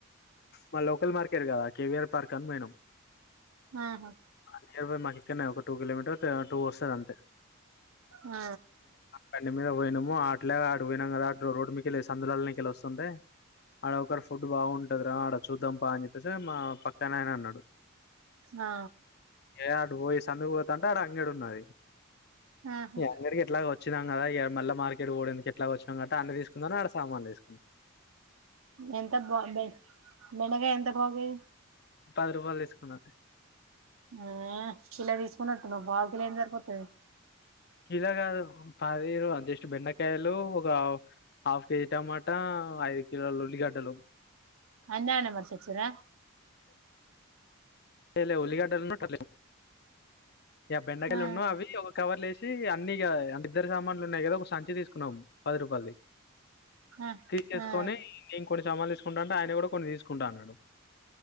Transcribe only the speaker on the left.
మా లోకల్ మార్కె రు కదా కేవిఆర్ పార్క్ అను మేనం
నియర్ బై మాకు ఇక్కడనే ఒక టూ కిలోమీటర్ టూ వస్తారు అంతే
పన్ని మీద పోయినాము అట్లేగా అ పోయినాము కదా అ రోడ్ మీకెళ్ళి సందులాలనికెలి వస్తుంటే ఆడ ఒకక్కడ ఫుడ్ బాగుంటది రా ఆడ చూద్దాం పా అని చెప్పే మా పక్కనయన అన్నాడు
ఏ ఆడు పోయి సందుకుపోత అంటే ఆడు అంగడు న్నాయి
అంగరి కేట్లాక వచ్చ వచ్చినా కదా మళ్ళీ మార్కెట్ ఓడిడాకి ఎట్లాగా వచ్చినా గట్ట అన్ని తీసుకుందాని ఆక్కడ సామానులు తీసుకుందం
పది రూపాయలు తీసుకున్నా
కీలాగా పారీరు అంతెస్ట్ బెన్నకాయలు ఒక ఆఫ్ కేజీ టమాటా ఆ ఇల ఉల్లిగడ్డలు
ఏ ఉలిగాడ్డన్నట్ట బెండకాయలు
ఉన్నావు అవి ఒక కవర్ లేసి అన్ని ఇగ ఇద్దరి దగ్గర సామాన్లు ఉన్నాయి గదా ఒక సంచి తీసుకున్నాం పది రూపాయలది
తీసేసుకొని
నేను కొన్ని సమాలు తీస్ కుంటంటే ఆయన గుడా కొన్ని తీసుకుంటా అన్నడు